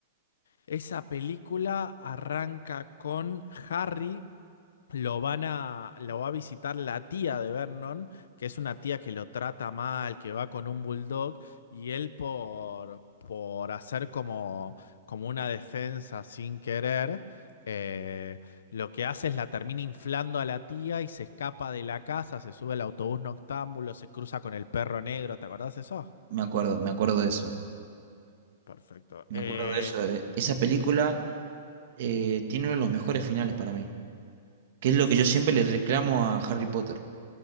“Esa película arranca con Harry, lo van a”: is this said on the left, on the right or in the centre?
Left